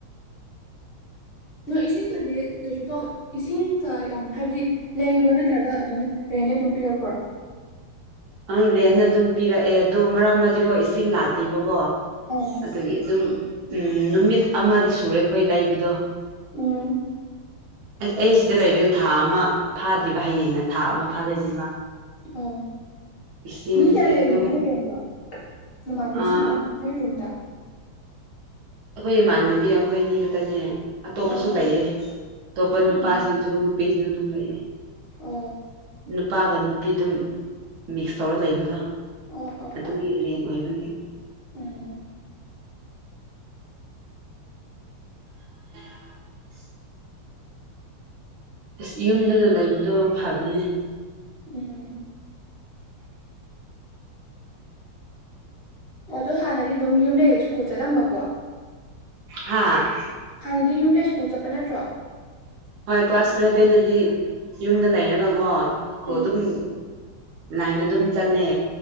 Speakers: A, on the left; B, on the right.
A: ꯑꯗꯣ ꯏꯁꯤꯡꯒꯗꯤ ꯀꯩꯁꯨ ꯇꯧ ꯏꯁꯤꯡꯒ ꯌꯥꯝ ꯍꯥꯏꯕꯗꯤ ꯂꯩꯕ꯭ꯔ ꯅꯠꯇ꯭ꯔꯒ ꯑꯗꯨꯝ ꯔꯦꯟꯗꯩ ꯑꯗꯨꯝ ꯄꯤꯔꯛꯄ꯭ꯔ
B: ꯑꯪ ꯔꯦꯟꯅ ꯑꯗꯨꯝ ꯄꯤꯔꯛꯑꯦ ꯑꯗꯣ ꯃꯔꯛ ꯃꯔꯗꯤꯀꯣ ꯏꯁꯤꯡ ꯂꯥꯛꯇꯦꯕꯀꯣ
A: ꯑꯣ
B: ꯑꯗꯨꯒꯤ ꯑꯗꯨꯝ ꯎꯝ ꯅꯨꯃꯤꯠ ꯑꯃꯗꯤ ꯁꯨꯔꯦ ꯑꯩꯈꯣꯏ ꯂꯩꯕꯗꯣ
A: ꯎꯝ
B: ꯑꯁ ꯑꯩ ꯁꯤꯗ ꯂꯩꯕꯗ ꯊꯥ ꯑꯃ ꯐꯥꯗ꯭ꯔꯤꯕ ꯍꯌꯦꯡꯅ ꯊꯥ ꯑꯃ ꯐꯥꯗꯣꯏꯅꯦꯕ
A: ꯑ
B: ꯏꯁꯤꯡꯁꯦ
A: ꯃꯤ ꯀꯌꯥꯂ ꯍꯥꯏꯩꯅ
B: ꯑꯗꯨꯝ
A: ꯅꯣꯏꯗꯦꯟ ꯑꯗꯨꯣ ꯅꯃꯥꯟꯅꯕꯤꯁꯤꯡꯅ
B: ꯑꯩꯈꯣꯏ
A: ꯅꯣꯏꯔꯣꯝꯗ
B: ꯑꯩꯈꯣꯏ ꯏꯃꯥꯟꯅꯕꯤ ꯑꯩꯈꯣꯏ ꯑꯅꯤ ꯈꯛꯇꯅꯦ ꯑꯇꯣꯞꯄꯁꯨ
A: ꯑꯣ
B: ꯂꯩꯌꯦ ꯑꯇꯣꯞꯄ ꯅꯨꯄꯥꯁꯤꯡꯁꯨ
A: ꯎꯝ
B: ꯄꯖꯅ ꯑꯗꯨꯝ ꯂꯩꯌꯦ
A: ꯑꯣꯝ
B: ꯅꯨꯄꯥꯒ ꯅꯨꯄꯤꯗꯨꯝ ꯃꯤꯛꯁ ꯇꯧꯔ ꯂꯩꯕꯗꯣ
A: ꯎꯝ ꯎꯝ
B: ꯑꯗꯨꯒꯤ ꯔꯦꯟ ꯑꯣꯏꯕꯒꯤ
A: ꯎꯝ
B: <inaudible> ꯑꯁ ꯌꯨꯝꯗꯅ ꯂꯩꯕꯗꯣ ꯐꯕꯅꯦ
A: ꯎꯝ ꯑꯗꯣ ꯍꯥꯟꯅꯗꯤ ꯑꯗꯨꯝ ꯌꯨꯝ ꯂꯩꯔ ꯁ꯭ꯀꯨꯜ ꯆꯠꯂꯝꯕꯀꯣ
B: ꯍꯥꯥ
A: ꯍꯥꯟꯅꯗꯤ ꯌꯨꯝꯗ ꯁ꯭ꯀꯨꯜ ꯆꯠꯄ ꯅꯠꯇ꯭ꯔꯣ
B: ꯍꯣꯏ ꯀ꯭ꯂꯥꯁ ꯏꯂꯚꯦꯟꯗꯗꯤ ꯌꯨꯝꯗ ꯂꯩꯔꯒꯀꯣ ꯀꯣ
A: ꯎꯝ
B: ꯑꯗꯨꯝ ꯂꯥꯏꯟꯗ ꯑꯗꯨꯝ ꯆꯠꯂꯦ